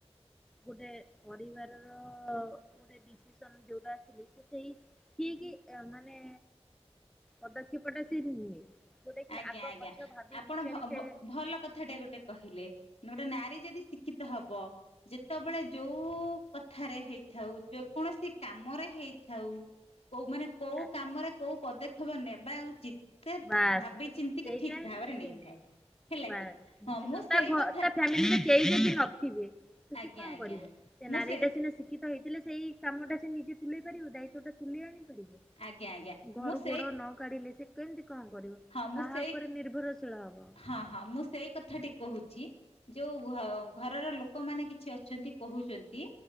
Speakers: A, in the centre; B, on the left.
A: ଗୋଟେ ପରିବାରର ଗୋଟେ ଡିସିସନ୍ ଯୋଉଟା ଆସିଲେ ସେ ସେଇ ଠିକ ମାନେ ପଦକ୍ଷେପ ଟା ସିଏ ନିଏ। ଯୋଉଟା କି
B: ଆଜ୍ଞା
A: ଆଗ
B: ଆଜ୍ଞା,
A: ପଛ ଭାବି
B: ଆପଣ
A: ବିଚାରି
B: ଭ
A: ସେ
B: ଭ ଭଲ କଥାଟେ ଗୋଟେ କହିଲେ, ଗୋଟେ ନାରୀ ଯଦି ଶିକ୍ଷିତ ହବ। ଯେତେବେଳେ ଯୋଉ କଥାରେ ହେଇଥାଉ ଯେ କୌଣସି କାମରେ ହେଇଥାଉ। କୋଉ ମାନେ କୋଉ
A: ଆଗେ
B: କାମରେ କୋଉ ପଦକ୍ଷେପ ନେବା ଉଚିତ ସେ
A: ବାସ୍
B: ଭାବି ଚିନ୍ତିକି
A: ସେଇଟା
B: ଠିକ ଭାବରେ
A: ହିଁ ସେ
B: ନେଇଥାଏ। ହେଲା
A: ବା
B: କି ହଁ
A: ଡିସିସନ
B: ମୁଁ ସେଇ
A: ତା ଘ
B: କଥା
A: ତା ଫ୍ୟାମିଲି ରେ କେହି ଯଦି ନଥିବେ। ତ
B: ଆଜ୍ଞା
A: ସିଏ କଁ
B: ଆଜ୍ଞା
A: କରିବ ସେ
B: ମୁଁ
A: ନାରୀଟା
B: ସେଇ
A: ସିନା ଶିଖି ତ ହେଇଥିଲେ ସେଇ କାମ ଟା ସେ ନିଜେ ତୁଲେଇ ପାରିବ ଦାୟିତ୍ବ ଟା ତୁଲେଇ ଆଣି ପାରିବ।
B: ଆଜ୍ଞା ଆଜ୍ଞା
A: ଘରୁ
B: ମୁଁ ସେଇ
A: ଗୋଡ ନ କାଢିଲେ ସେ। କେମତି କଁ କରିବ
B: ହଁ ମୁଁ
A: କାହା
B: ସେଇ
A: ଉପରେ ନିର୍ଭରଶୀଳ ହବ।
B: ହଁ ହଁ ମୁଁ ସେଇ କଥାଟି କହୁଛି। ଯୋଉ ଘ ଘରର ଲୋକମାନେ କିଛି ଅଛନ୍ତି କହୁଛନ୍ତି।